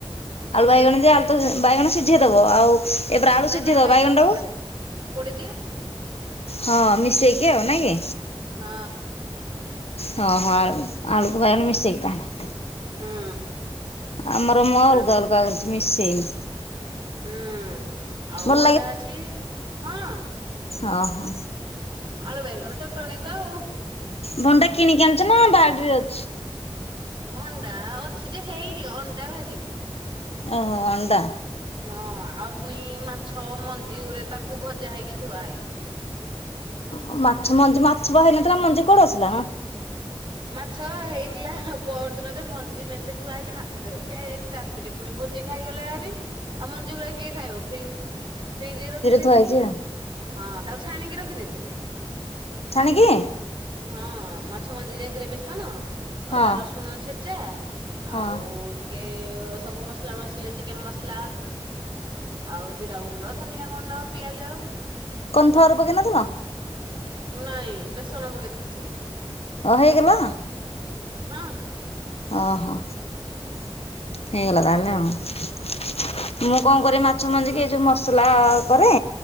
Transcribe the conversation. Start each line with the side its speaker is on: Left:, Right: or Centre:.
Left: ଆଳୁ ବାଇଗଣ ଯେ ଆଳୁ ତ ଯ ବାଇଗଣ ସିଝେଇଦବ ଆଉ ଏବେରା ଆଳୁ
Right: ନାଇଁ
Left: ସିଝେଇ
Right: ନାଇଁ
Left: ଦବ ବାଇଗଣ ଟାକୁ
Right: ପୋଡେ ପୋଡି ଦିଏ।
Left: ହଁ ମିଶେଇକି ଆଉ ନାଇଁ କି।
Right: ହଁ।
Left: ହଁ ହଁ। ଆଳୁ ଆଳୁ କୁ ବାଇଗଣ ମିସେଇକି ତାହଲେ।
Right: ହୁଁ
Left: ଆମର ମଲ
Right: ଆଳୁ
Left: <unintelligible> ମିଶେଇନି।
Right: ହୁଁ। ଆଉ
Left: ଭଲ
Right: ଅଣ୍ଡା ଅଛି। ହଁ।
Left: ହଁ ହଁ।
Right: ଉମ ଆଳୁ ବାଇଗଣ ଚଟଣୀ ତ ଆଉ।
Left: ଭଣ୍ଡା କିଣିକି ଆଣିଛ ନା ବାଡ଼ିରେ ଅଛି।
Right: ଭଣ୍ଡା ଅଛି ଯେ ହେଇନି। ଅଣ୍ଡା ଭାଜିବି।
Left: ଓହୋ ଅଣ୍ଡା।
Right: ହଁ ଆଉର୍ ପୁଣି ମାଛ, ମଞ୍ଜି ଗୁରେ ତାକୁ ଭଜା ହେଇକି ଥୁଆ ହେଇଛି।
Left: ଉମ ମାଛ ମଞ୍ଜି ମାଛ ବା ହେଇନଥିଲା ମଞ୍ଜି କୋଉଠୁ ଆସିଲା ମ।
Right: ମାଛ ହେଇଥିଲା ପରଦିନ ଯେ ମଞ୍ଜି ମେଞ୍ଚେ ଥୁଆ ହେଇଛି ମାଛ ଦେ ଖିଆ ହେଇଛି ତା। ଦିନେ ପୁଣି ଭୋଜି ଖାଇଗଲେ ଏହାରି। ଆଉ ମଞ୍ଜି ଗୁଡା କିଏ ଖାଇବ? ଫ୍ରିଜ ଫ୍ରିଜରେ ରଖିଦେଇଥିଲି।
Left: ଥୁଆ ହେଇଛି ଆଉ
Right: ହଁ ତା <unintelligible> ଛାଣିକି ରଖିଦେଇଥିଲେ।
Left: ଛାଣିକି।
Right: ହଁ ମାଛ ମଞ୍ଜିରେ ଏଥିରେ ବେସନ
Left: ହଁ
Right: ଅଦା ରସୁଣ ଛେଚା
Left: ହଁ
Right: ଆଉ ଟି କେ ଅ ସବୁ ମସଲା ମସଲି ଚିକେନ ମସଲା ଅଁ ଆଉ ଜିରା ଗୁଣ୍ଡ ଧନିଆ ଗୁଣ୍ଡ ପିଆଜ
Left: କନଫାଅର ପକେଇନଥିଲ।
Right: ନାଇଁ ବେସନ ପକେଇ ଦଉଛି।
Left: ହଁ ହେଇଗଲା।
Right: ହଁ।
Left: ଅହ ହେଇଗଲା ତାହେଲେ ହଁ। ମୁଁ କଣ କରେ ମା ମାଛ ମଞ୍ଜିକି ଏ ଯୋଉ ମସଲା କରେ,